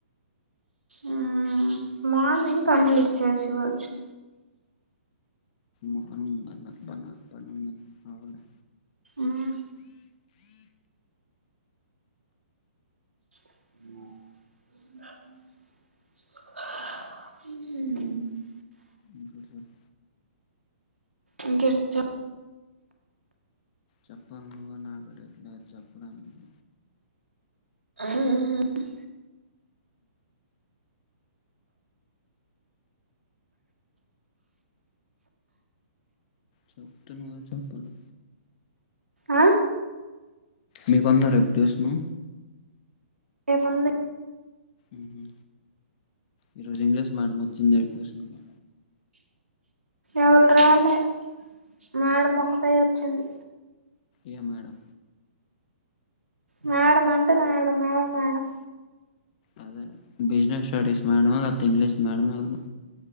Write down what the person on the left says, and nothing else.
మార్నింగ్ మన బన పనుందని అవలే
ఇంకేటీ చెప్
చెప్పాలి నువ్వే నాకు రేపు లేదు చెప్పడానికి
చెప్తున్నావ్ గద చెప్పను
మీకుందా రేపు ట్యూషనూ
ఉహు ఈ రోజు ఇంగ్లీష్ మాడం ఒచ్చింది ఏటి ట్యూషన్ కి
ఏ మేడం
అదే బిజినెస్ స్టడీస్ మెడమో లెపోతే ఇంగ్లీష్ మేడమో ఎల్ద్